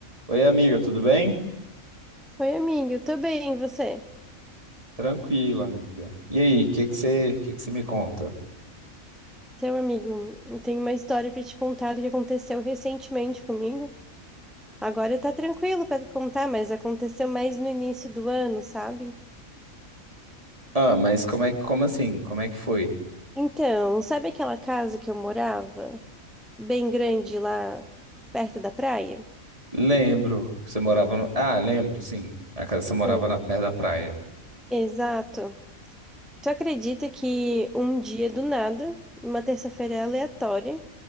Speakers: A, on the right; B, in the centre.
A: Oi, amiga, tudo bem?
B: Oi, amigo, eu tô bem, e você?
A: Tranquilo, amiga. E aí, o que que você, que que você me conta?
B: Seu amigo, eu tenho uma história pra te contar do que aconteceu recentemente comigo. Agora tá tranquilo pra contar, mas aconteceu mais no início do ano, sabe?
A: Ah, mas como é que, como assim? Como é que foi?
B: Então, sabe aquela casa que eu morava? Bem grande lá perto da praia?
A: Lembro, você morava no... Ah, lembro, sim. A casa você morava
B: Sim.
A: na perto da praia.
B: Exato. Tu acredita que um dia do nada, numa terça-feira aleatória,